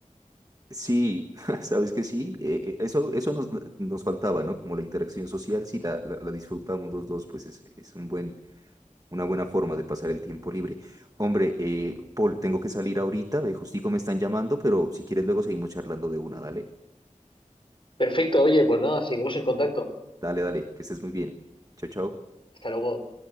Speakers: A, on the right; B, on the left.
A: Sí, <laughs> sabes que sí, eh, eh, eso, eso nos, nos faltaba, ¿no? Como la interacción social, sí, la, la, la disfrutamos los dos, pues es, es un buen, una buena forma de pasar el tiempo libre. Hombre, eh, Paul, tengo que salir ahorita, eh, justico me están llamando, pero si quieres luego seguimos charlando de una, dale,
B: Perfecto, oye, pues nada, seguimos en contacto.
A: dale, dale, que estés muy bien. Chao, chao.
B: Hasta luego.